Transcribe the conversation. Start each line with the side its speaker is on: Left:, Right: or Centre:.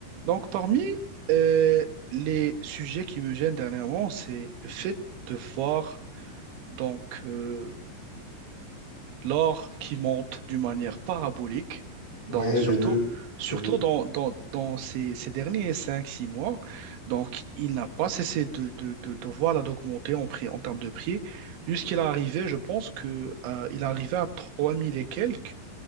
Right: Donc, parmi euh, les sujets qui me gênent dernièrement, c'est le fait de voir donc euh, l'or qui monte d'une manière parabolique, dans,
Left: Ouais,
Right: surtout,
Left: j'ai vu,
Right: surtout
Left: j'ai vu.
Right: dans, dans, dans ces, ces derniers cinq six mois. Donc, il n'a pas cessé de, de, de, de voilà, d'augmenter en prix, en termes de prix, jusqu'il est arrivé, je pense que euh, il est arrivé à 3000 et quelques